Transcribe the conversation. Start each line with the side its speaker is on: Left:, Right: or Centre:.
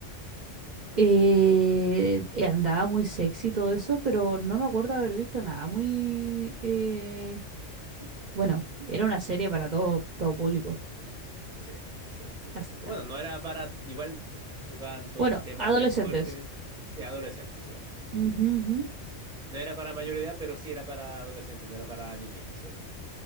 Right: eh, eh, andaba muy sexy y todo eso, pero no me acuerdo haber visto nada muy eh, bueno, era una serie para todo, todo público.
Centre: Sí, sí, justamente.
Right: Hasta-
Centre: Bueno, no era para, igual tocaban to-
Right: bueno,
Centre: temas
Right: adolescentes.
Centre: bien fuertes. Sí, adolescentes, sí, sí.
Right: Ujú, ujú.
Centre: No era para mayor edad, pero sí era para adolescentes, no era para niñitos, ¿cierto?